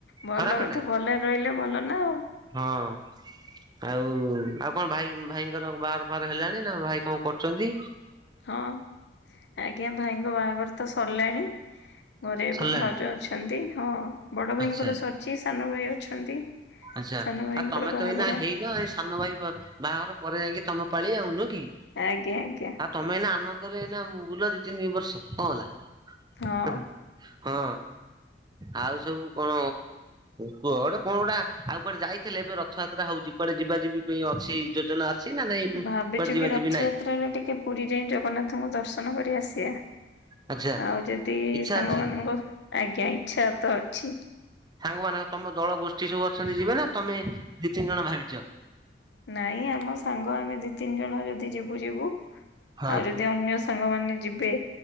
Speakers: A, on the left; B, on the right.
A: ଭଲ
B: ଖରାପ
A: କଥା
B: ନାହିଁ।
A: ଭଲରେ ରହିଲେ ଭଲ ନା ଆଉ
B: ହଁ। ଆଉ ଆଉ କଣ ଭାଇ ଭାଇଙ୍କର ବାହାଘର ଫାହାଘର ହେଲାଣି ନା ଭାଇ କଣ କରୁଚ଼ନ୍ତି?
A: ହଁ ଆଜ୍ଞା ଭାଇଙ୍କ ବାହାଘର ତ ସରିଲାଣି ଘରେ ଏବେ
B: ସରିଲାଣି
A: ଭାଉଜ ଅଛନ୍ତି ହଁ ବଡ ଭାଇଙ୍କର
B: ଆଚ୍ଛା
A: ସର ସିଏ ସାନ ଭାଇ ଅଛନ୍ତି।
B: ଆଚ୍ଛା
A: ସାନ ଭାଇଙ୍କର
B: ଆଉ ତମେ
A: ବାହାଘର
B: ତ ଏଇନା ହେଇନ ଏଇ ସାନ ଭାଇ ବା ବାହାଘର ପରେ ଯାଇକି ତମ ତଳି ଆାଉ ନୁହକି?
A: ଆଜ୍ଞା ଆଜ୍ଞା।
B: ତମେ ଏଇନା ଆନନ୍ଦରେ ଏଇନା ବୁଲ ଦି ତିନି ବର୍ଷ କଣ ହେଲା।
A: ହଁ।
B: ହଁ ଆଉ ସବୁ କଣ କୁହ ଗୋଟେ କଣ ଗୋଟା? ଆଉ କୁଆଡେ ଯାଇଥିଲେ ଏବେ ରଥଯାତ୍ରା ହଉଛି କୁଆଡେ ଯିବା ଯିବି ପାଇଁ ଅଛି ଯୋଜନା? ଅଛି ନା ନାଇଁ
A: ଭାବିଛୁ
B: କୁଆଡେ ଯିବା
A: କି ରଥଯାତ୍ରାରେ
B: ଯିବି ନାହିଁ
A: ଟିକେ ପୁରୀ ଯାଇ ଜଗନ୍ନାଥଙ୍କୁ ଦର୍ଶନ କରି ଆସିବା।
B: ଆଚ୍ଛା
A: ଆଉ ଯେଦି
B: ଇଚ୍ଛା
A: ସମୟ
B: ଅଛି
A: ମିଳେ ଆଜ୍ଞା ଇଚ୍ଛାତ ଅଛି।
B: ସାଙ୍ଗମାନଙ୍କ ତମ ଦଳ ଗୋଷ୍ଠୀ ସବୁ ଅଛନ୍ତି ଯିବେ ନା ତମେ ଦି ତିନି ଜଣ ଭାରିଚ?
A: ନାଇଁ ଆମ ସାଙ୍ଗ ଆମେ ଦି ତିନି ଜଣ ଯଦି ଯିବୁ ଯିବୁ
B: ହଁ
A: ଆଉ ଯଦି ଦି ଅନ୍ୟ ସାଙ୍ଗମାନେ ଯିବେ